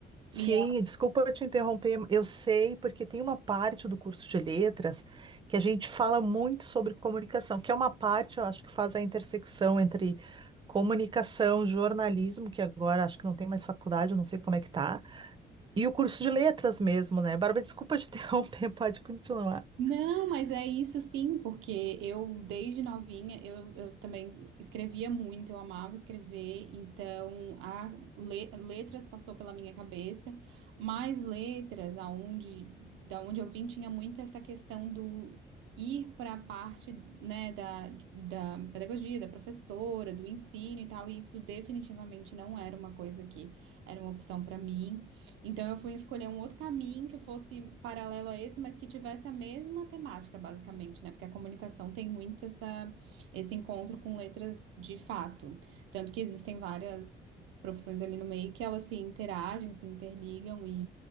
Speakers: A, on the right; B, on the right.
A: Sim,
B: E
A: desculpa eu te interromper. Eu sei, porque tem uma parte do curso de letras que a gente fala muito sobre comunicação, que é uma parte, eu acho, que faz a intersecção entre comunicação, jornalismo, que agora acho que não tem mais faculdade, eu não sei como é que tá, e o curso de letras mesmo, né? Bárbara, desculpa te interromper, <laughs> pode continuar.
B: Não, mas é isso sim, porque eu, desde novinha, eu, eu também escrevia muito, eu amava escrever, então a le- letras passou pela minha cabeça, mas letras, aonde, da onde eu vim, tinha muito essa questão do ir para a parte, né, da, da pedagogia, da professora, do ensino e tal, e isso definitivamente não era uma coisa que era uma opção para mim. Então eu fui escolher um outro caminho que fosse paralelo a esse, mas que tivesse a mesma temática, basicamente, né? Porque a comunicação tem muito essa, esse encontro com letras de fato. Tanto que existem várias profissões ali no meio que elas se interagem, se interligam